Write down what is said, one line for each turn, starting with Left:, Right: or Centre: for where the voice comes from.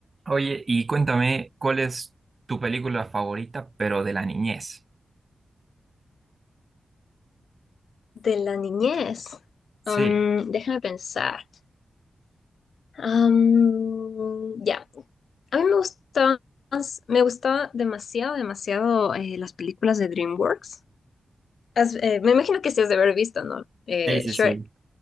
Right: Oye, y cuéntame, ¿cuál es tu película favorita, pero de la niñez?
Left: De la niñez.
Right: Sí,
Left: Am, déjame pensar. Am, ya. A mí me gustaban, me gustaba demasiado, demasiado eh, las películas de DreamWorks. Has- eh, me imagino que sí has de haber visto, ¿no? Eh,
Right: sí, sí,
Left: Shrek.
Right: sí.